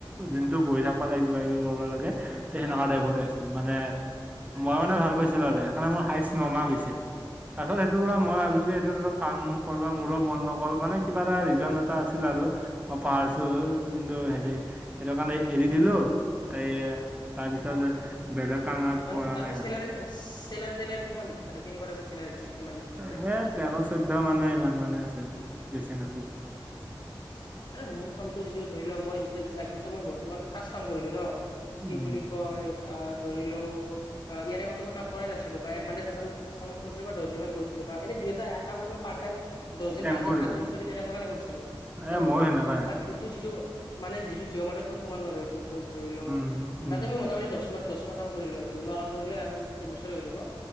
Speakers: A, on the right; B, on the left.
A: দিনটো বহি থাকিব লাগে কিবা -কিবি কৰিব লাগে। তে সেনেকুৱকা দাই ভৰে আছিলো মানে, মই মানে ভাল পাইছিলো আৰু সেইকাৰণে মোৰ নমা গৈছে, তাৰপিছত সেইটো পৰা মই ভাবিলো যে সেইটো কাম কৰিব মোৰো মন নকল মানে কিবা এটা ৰিজন এটা আছিল আৰু, মই পাহাৰছো কিন্তু হেৰি সেইটো কাৰণে এৰি দিলো, তাই, তাৰপিছত বেলেগ কাৰণে
B: মানে
A: কৰা
B: তাতে
A: নাই আৰু
B: চেলাৰি, চেলাৰি -তেলাৰি কিমান দিছিল তাতে কেনেকুৱা টাইপৰ চেলাৰি দিছিল? কিমান দিছিল আৰু তাতে
A: সে',
B: চেলাৰী?
A: তেৰ চৈধ্য মানে ইমান মানে আছিল, বেছি নাছিল।
B: মোৰ কামটো যিটো ধৰি লোৱা মই যেতিয়া লাইফ মই বৰ্তমান ফাৰ্ষ্ট কাম কৰিলো ন।
A: উম
B: কি বুলি কয় আহ', - ধৰিল, ইয়াৰে আগতে মই কাম কৰাই নাছিলো বা এত ফাৰ্ষ্ট এচামৰ-আচামৰ কৰিছোঁ বা কৰিছিলো বা এ দুই এটা কাম পাইটাম, দহ দিন
A: টেম্পৰি
B: পাঁচ দিন সাত দিন ছয় দিন কৰিছিলোঁ। তেম্পৰি,
A: এ ময়ো সেনেকাই
B: বাত যিটো মানে যিটো জিঅ' মাৰ্টত মই সোমালো আৰু এইটো ত' ধৰি লওক।
A: উম
B: তাতে
A: উম উম
B: মই মোটামুটি দহ মাহ দহ মাহ কাম কৰিলো আৰু দুমাহ কাম কৰিলে আৰু এক বছৰে হৈ যাব,